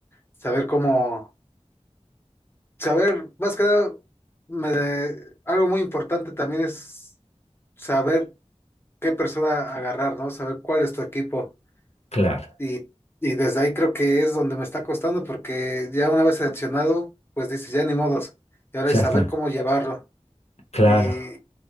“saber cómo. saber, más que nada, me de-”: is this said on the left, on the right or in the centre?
Left